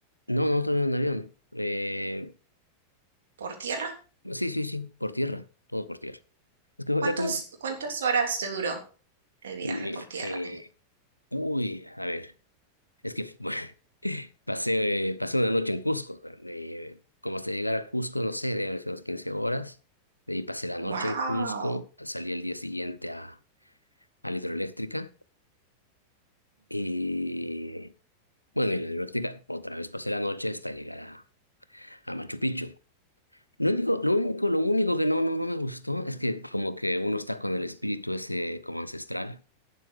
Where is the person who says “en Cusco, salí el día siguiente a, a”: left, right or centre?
Left